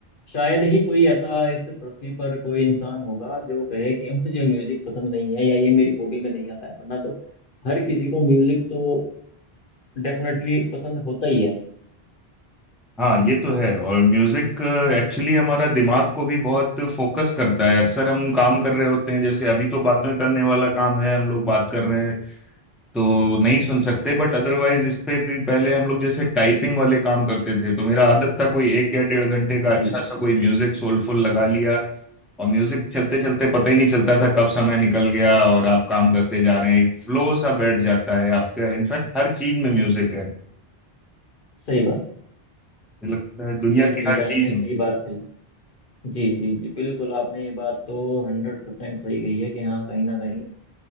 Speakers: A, on the left; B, in the centre.
A: शायद ही कोई ऐसा इस पृथ्वी पर कोई इंसान होगा जो कहे कि <laughs> मुझे म्यूजिक पसंद नहीं है या ये मेरी हॉबी में नहीं आता है वरना तो हर किसी को म्यूजिक तो डेफिनेटली पसंद होता ही है
B: हाँ ये तो है और म्यूजिक एक्चुअली हमारा दिमाग को भी बहुत फोकस करता है अक्सर हम काम कर रहे होते हैं जैसे अभी तो बातें करने वाला काम है हम लोग बात कर रहे हैं तो नहीं सुन सकते बट अदरवाइज इस पे भी पहले हम लोग जैसे टाइपिंग वाले काम करते थे तो मेरा आदत था कोई एक या डेढ़ घंटे का अच्छा
A: जी
B: सा कोई म्यूजिक सोलफुल लगा लिया और म्यूजिक चलते चलते पता ही नहीं चलता था कब समय निकल गया और आप काम करते जा रहे हैं एक फ्लो सा बैठ जाता है आपका इनफैक्ट हर चीज में म्यूजिक है मुझे
A: सही बात है
B: लगता है दुनिया
A: बिल्कुल
B: की
A: ये
B: हर चीज
A: आपने
B: में
A: सही बात कही जी जी जी बिल्कुल आपने ये बात तो हंड्रेड परसेंट सही कही है कि हाँ कहीं ना कहीं